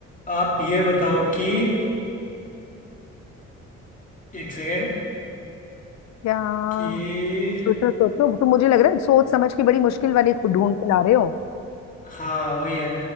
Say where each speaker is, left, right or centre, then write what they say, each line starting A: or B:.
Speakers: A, on the left (about 25°); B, on the left (about 60°).
A: आप
B: बताओ
A: ये बताओ कि एक सेकेंड
B: क्या
A: कि
B: सोचो सोचो तुम मुझे लग रहा है सोच समझ के बड़ी मुश्किल वाली खुद ढूंढ के ला रहे हो
A: हाँ वही है